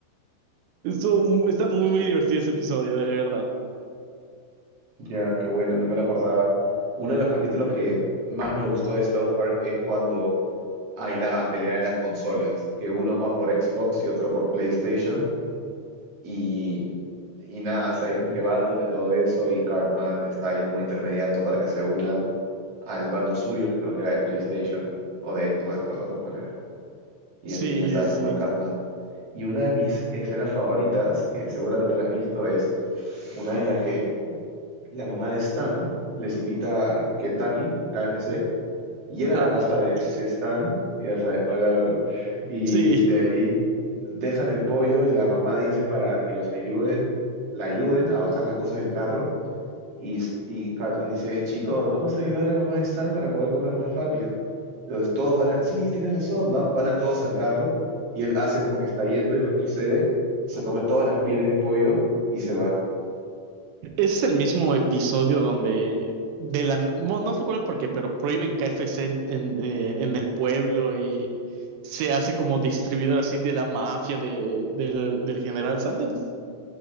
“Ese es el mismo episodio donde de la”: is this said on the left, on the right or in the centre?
Right